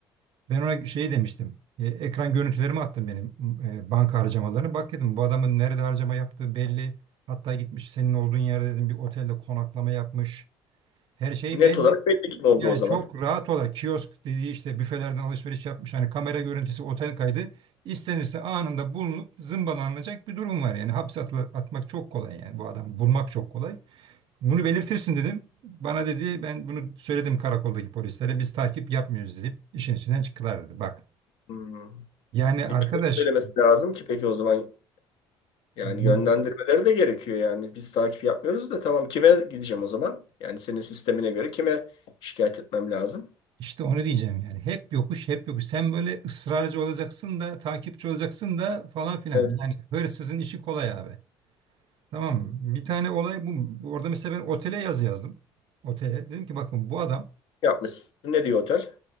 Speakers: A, on the right; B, on the left.
A: Ben ona şey demiştim. e, ekran görüntülerimi attım benim e, banka harcamalarını. Bak dedim bu adamın nerede harcama yaptığı belli. Hatta gitmiş senin olduğun yerde dedim bir otelde konaklama yapmış. Her şey
B: net
A: belli.
B: olarak belli kim oldu
A: Yani
B: o zaman.
A: çok rahat olarak kiosk dediği işte büfelerden alışveriş yapmış. Hani kamera görüntüsü, otel kaydı. İstenirse anında bulunup zımbalanacak bir durum var. Yani hapse atla- atmak çok kolay yani bu adamı bulmak çok kolay. Bunu belirtirsin dedim. Bana dedi ben bunu söyledim karakoldaki polislere biz takip yapmıyoruz deyip işin içinden çıktılar dedi. Bak
B: Hmm.
A: yani
B: E,
A: arkadaş
B: kime söylemesi lazım ki peki o zaman Yani
A: bu-
B: yönlendirmeleri de gerekiyor yani. Biz takip yapmıyoruz da tamam kime gideceğim o zaman? Yani senin sistemine göre kime şikayet etmem lazım?
A: işte onu diyeceğim yani. Hep yokuş hep yokuş. Sen böyle ısrarcı olacaksın da takipçi olacaksın da falan filan.
B: Evet,
A: Yani hırsızın işi kolay abi. Tamam mı? Bir tane olay bu. Orada mesela ben otele yazı yazdım. Otele. Dedim ki bakın bu adam
B: yapmışsın. Ne diyor otel?